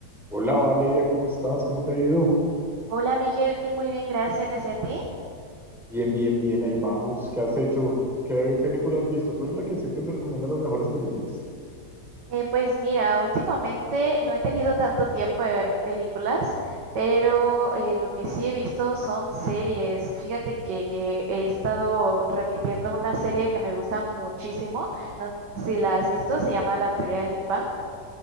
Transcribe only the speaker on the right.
Hola Miguel, muy bien, gracias. ¿Y a ti?
Eh, pues mira, últimamente no he tenido tanto tiempo de ver películas, pero eh, lo que sí he visto son series. Fíjate que he estado repitiendo una serie que me gusta muchísimo, no sé si la has visto, se llama La Teoría del Big Bang.